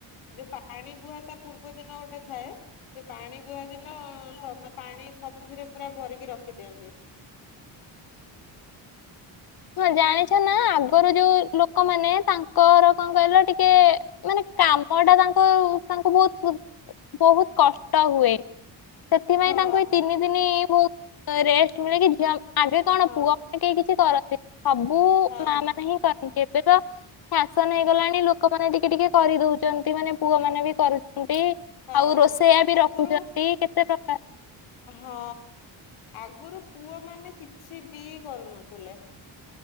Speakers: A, on the left (about 85°); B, on the left (about 50°).
A: ଯୋଉ ପାଣି ବୁହା ତା ପୂର୍ବ ଦିନ ଗୋଟେ ଥାଏ ସେ ପାଣି ବୁହା ଦିନ ସମ ପାଣି ସବୁଥିରେ ପୁରା ଭରିକି ରଖିଦିଅନ୍ତି
B: ହଁ ଜାଣିଛ ନା ଆଗରୁ ଯୋଉ ଲୋକମାନେ ତାଙ୍କର କଣ କହିଲ ଟିକେ ମାନେ କାମ ଟା ତାଙ୍କ ଙ୍କୁ ତାଙ୍କୁ ବହୁତ ପୁତ୍ ବହୁତ କଷ୍ଟ ହୁଏ ସେଥିପାଇଁ
A: ହଁ
B: ତାଙ୍କୁ ଏ ତିନି ଦିନି ବହୁତ ରେଷ୍ଟ ତୁମରି କି ଝିଅ ଆଗେ କଣ
A: ହଁ
B: ପୁଅ କେହି କିଛି କରନ୍ତି ସବୁ
A: ହଁ
B: ମା ମାନେ ହିଁ କରନ୍ତି ଏବେ ତ ଶାସନ ହେଇଗଲାଣି ଲୋକମାନେ ଟିକେ ଟିକେ କରିଦଉଛନ୍ତି ମାନେ ପୁଅ ମାନେ ବି କରୁଛନ୍ତି
A: ହଁ
B: ଆଉ ରୋଷେଇଆ ବି
A: ଆଗରୁ
B: ରଖୁଛନ୍ତି କେତେ ପ୍ରକାର
A: ହଁ ଆଗରୁ ପୁଅ ମାନେ କିଛି ବି କରୁନଥିଲେ